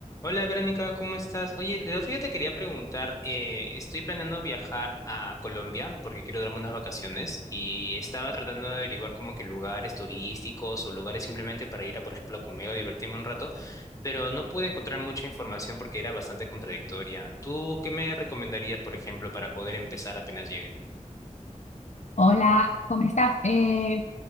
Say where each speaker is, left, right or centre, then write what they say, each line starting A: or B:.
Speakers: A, on the left; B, on the left.
A: Hola Verónica, ¿cómo estás? Oye, el otro día te quería preguntar, eh, estoy planeando viajar a Colombia porque quiero darme unas vacaciones y estaba tratando de averiguar como que lugares turísticos o lugares simplemente para ir a, por ejemplo, a comer o divertirme un rato, pero no pude encontrar mucha información porque era bastante contradictoria. ¿Tú qué me recomendarías, por ejemplo, para poder empezar apenas llegue?
B: Hola, ¿cómo estás? Eh,